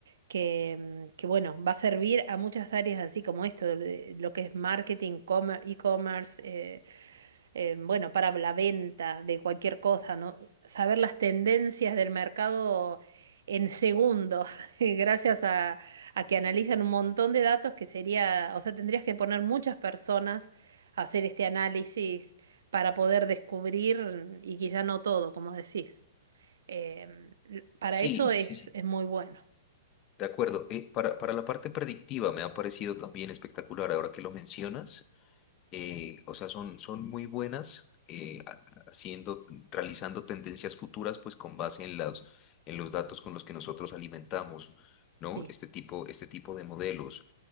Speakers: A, on the right (about 75°); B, on the left (about 30°).
A: que, em, que, bueno, va a servir a muchas áreas así como esto, de- lo que es marketing, comer- e-commerce, eh, eh, bueno, para la venta de cualquier cosa, ¿no? Saber las tendencias del mercado en segundos, <laughs> gracias a, a que analizan un montón de datos que sería, o sea, tendrías que poner muchas personas a hacer este análisis para poder descubrir, y quizá no todo, como decís. Em, l- para
B: Sí,
A: eso
B: sí,
A: es,
B: sí.
A: es muy bueno,
B: De acuerdo. Eh, para, para la parte predictiva me ha parecido también espectacular ahora que lo mencionas. eh, o sea, son, son muy buenas eh, a- haciendo, realizando tendencias futuras, pues con base en los, en los datos con los que nosotros alimentamos, ¿no?
A: sí.
B: Este tipo, este tipo de modelos.